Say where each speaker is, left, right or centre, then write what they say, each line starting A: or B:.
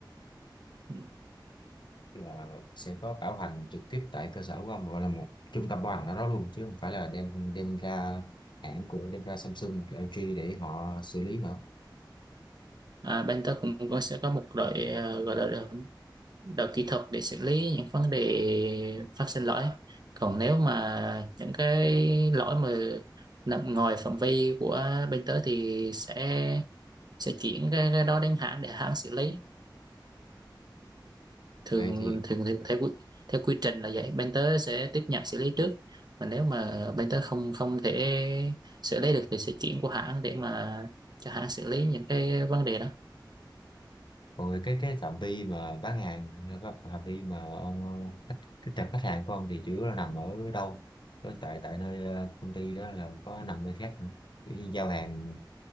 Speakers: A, on the right; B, on the left.
A: Ừ.
B: là sẽ có bảo hành trực tiếp tại cơ sở của ông gọi là một trung tâm bảo hành ở đó luôn chứ không phải là đem đem ra hãng của đem ra Samsung hoặc LG để họ xử lý nữa
A: À, bên tớ cũng, cũng sẽ có một đội ờ, gọi là đội kỹ thuật để xử lý những vấn đề phát sinh lỗi còn nếu mà những cái lỗi mà nằm ngoài phạm vi của bên tớ thì sẽ sẽ chuyển cái, cái đó đến hãng để hãng xử lý thường
B: vậy thì
A: thường thì theo quy, theo quy trình là vậy bên tớ sẽ tiếp nhận xử lý trước mà nếu mà bên tớ không không thể xử lý được thì sẽ chuyển qua hãng để mà cho hãng xử lý những cái vấn đề đó
B: còn về cái cái phạm vi mà bán hàng cái phạm vi mà ông khách cái tệp khách hàng của ông thì chủ yếu là nằm ở đâu Có tại tại nơi ờ, công ty đó là có nằm nơi khác nữa Kiểu như giao hàng